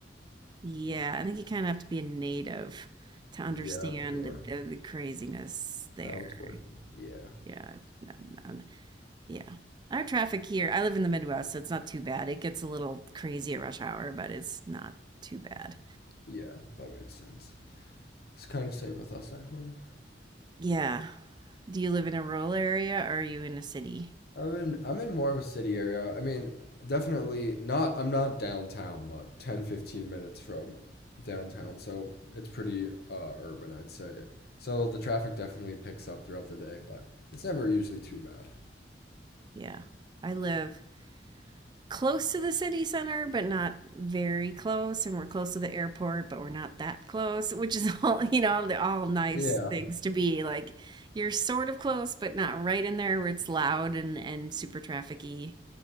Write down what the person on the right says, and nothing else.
Yeah, I think you kind of have to be a native to understand
the, the craziness there.
Yeah, I- no, no. Yeah. Our traffic here, I live in the Midwest, so it's not too bad. It gets a little crazy at rush hour, but it's not too bad.
Yeah. Do you live in a rural area or are you in a city?
Yeah. I live close to the city center, but not very close. And we're close to the airport, but we're not that close, which is all, <laughs> you know, the- all nice
things to be. Like you're sort of close, but not right in there where it's loud and, and super trafficy.